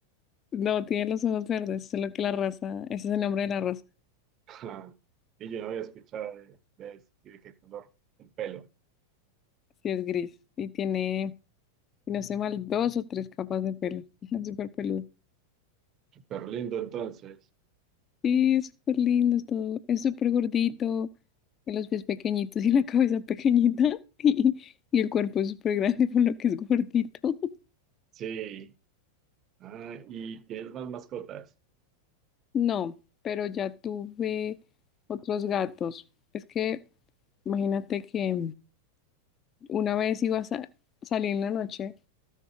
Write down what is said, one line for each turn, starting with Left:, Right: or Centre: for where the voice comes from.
Left: No, tiene los ojos verdes, solo que la raza, ese es el nombre de la raza,
Right: <laughs> Y yo no había escuchado de, de, ese y de qué color el pelo.
Left: sí es gris y tiene, si no sé mal, dos o tres capas de pelo, <laughs> es súper peludo.
Right: Súper lindo entonces.
Left: Sí, es súper lindo, es todo, es súper gordito, tiene los pies pequeñitos <laughs> y la cabeza pequeñita <laughs> y, y el cuerpo es súper grande <laughs> por lo que es gordito.
Right: Sí. Ah, ¿y tienes más mascotas?
Left: No, pero ya tuve otros gatos. Es que imagínate que una vez iba a sa- salir en la noche